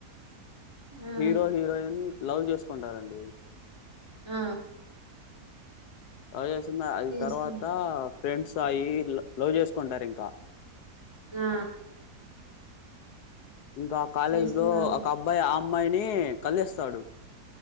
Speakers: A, on the right (about 15°); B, on the left (about 75°).
A: ఆ
B: హీరో హీరోయిన్ లవ్ చేసుకుంటారండి
A: ఆ
B: లవ్ చేస్తున్న అది
A: చేసుకు
B: తర్వాత ఫ్రెండ్స్ అయి లవ్ చేసుకుంటారు ఇంకా
A: ఆ
B: ఇంక కాలేజ్లో
A: చేసుకున్నాక
B: ఒక అబ్బాయి ఆ అమ్మాయిని కలుస్తాడు